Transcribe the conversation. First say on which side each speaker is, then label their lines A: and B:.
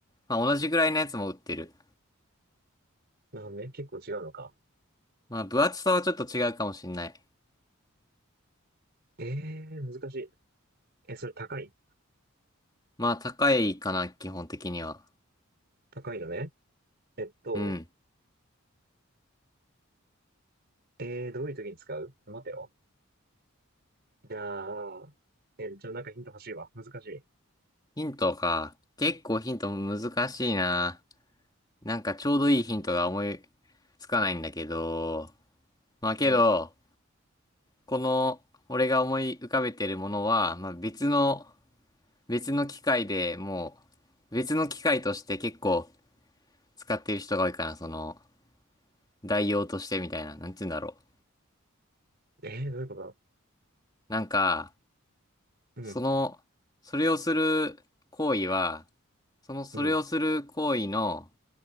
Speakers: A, on the left; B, on the right.
A: まあ同じぐらいのやつも売ってる。
B: なるほどね。結構違うのか。
A: まあ分厚さはちょっと違うかもしんない。
B: えー、難しい。え、それ高い
A: まあ高いかな、基本的には。
B: 高いのね。えっと、
A: うん。
B: えー、どういう時に使う待てよ。じゃあ、え、ちょ、なんかヒント欲しいわ。難しい。
A: ヒントか。結構ヒント難しいな。なんかちょうどいいヒントが思いつかないんだけど。まあけど、
B: うん。
A: この俺が思い浮かべてるものは、まあ別の、別の機械でもう、別の機械として結構使ってる人が多いかな。その、代用としてみたいな。なんて言うんだろう。
B: えー、どういうことだ
A: なんか、
B: うん、
A: その、それをする行為は、その、それをする行為の、
B: うん、